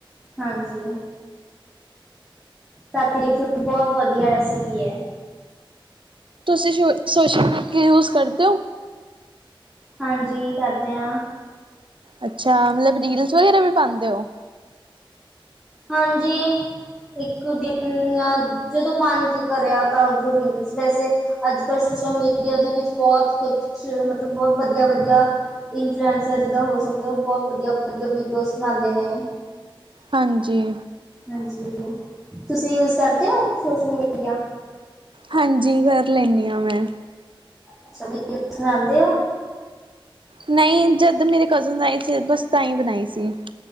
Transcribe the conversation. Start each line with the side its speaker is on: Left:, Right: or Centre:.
Centre: ਹਾਂਜੀ। ਕਰਕੇ ਦੇਖਿਓ, ਬਹੁਤ ਵਧੀਆ ਰੈਸਿਪੀ ਹੈ।
Right: ਤੁਸੀਂ ਸ਼ੋ ਸੋਸ਼ਲ ਮੀਡੀਆ ਯੂਜ ਕਰਦੇ ਹੋ?
Centre: ਹਾਂਜੀ, ਕਰਦੇ ਹਾਂ।
Right: ਅੱਛਾ, ਮਤਲਬ ਰੀਲਸ ਵਗੈਰਾ ਵੀ ਪਾਉਂਦੇ ਹੋ?
Centre: ਹਾਂਜੀ, ਇੱਕ ਦਿਨ ਜਦੋਂ ਮਨ ਕੀ ਕਰਿਆ ਤਾਂ ਉਦੋਂ ਰੀਲਸ ਵੈਸੇ ਅੱਜ ਕੱਲ੍ਹ ਸੋਸ਼ਲ ਮੀਡੀਆ ਦੇ ਵਿੱਚ ਬਹੁਤ ਕੁਛ ਮਤਲਬ ਬਹੁਤ ਵਧੀਆ, ਵਧੀਆ- ਇਨਫਲੂਐਂਸਰ ਜਿਦਾ ਹੋ ਸਕਦਾ ਐ ਉਹ ਬਹੁਤ ਵਧੀਆ ਵਧੀਆ ਵੀਡੀਓਜ਼ ਬਣਾਂਦੇ ਨੇ
Right: ਹਾਂਜੀ।
Centre: ਹਾਂਜੀ, ਤੁਸੀਂ ਯੂਜ ਕਰਦੇ ਹੋ ਸੋਸ਼ਲ ਮੀਡੀਆ?
Right: ਹਾਂਜੀ, ਕਰ ਲੈਂਦੀ ਹਾਂ ਮੈਂ
Centre: ਅੱਛਾ, ਵੀਡੀਓਜ਼ ਬਣਾਉਂਦੇ ਓ?
Right: ਨਹੀਂ ਜਦ ਮੇਰੇ ਕਜ਼ਨ ਆਏ ਸੀ, ਬਸ ਤਾਂ ਹੀ ਬਣਾਈ ਸੀ।